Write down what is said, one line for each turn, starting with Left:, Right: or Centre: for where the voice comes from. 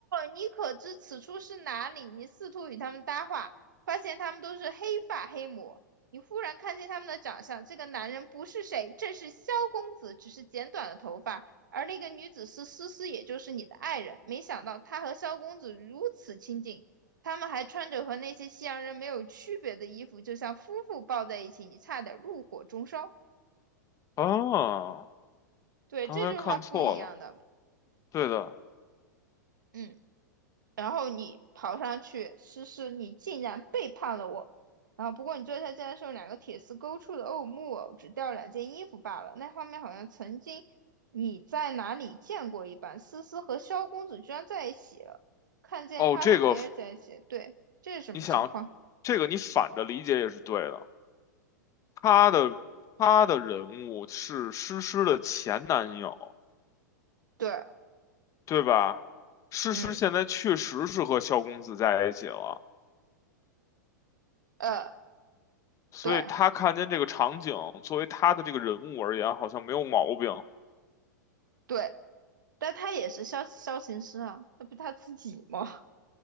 Right: 你可知此处是哪里？你试图与他们搭话，发现他们都是黑发黑魔。你忽然看见他们的长相，这个男人不是谁，正是萧公子，只是剪短了头发。而那个女子是思思，也就是你的爱人。没想到她和萧公子如此亲近，他们还穿着和那些西洋人没有区别的衣服，就像夫妇抱在一起，你差点怒火中烧。
Left: 啊，
Right: 对，
Left: 刚才看错了。
Right: 这就是他不一样的。
Left: 对的，
Right: 嗯。然后你跑上去，诗诗，你竟然背叛了我。然后不过你坐下，竟然是用两个铁丝勾出的偶木偶，只掉了两件衣服罢了。那画面好像曾经你在哪里见过一般。思思和萧公子居然在一起了，看见他和别人在一起，
Left: 哦，这个
Right: 对，这是什么情况？
Left: 你想，这个你反着理解也是对的。他的他的人物是诗诗的前男友，
Right: 对，
Left: 对吧？诗诗现在确实是和萧公子在一起了，
Right: 嗯，呃，
Left: 所以他看见这个场景，
Right: 对
Left: 作为他的这个人物而言，好像没有毛病。
Right: 对，但他也是萧萧琴师啊，那不他自己吗？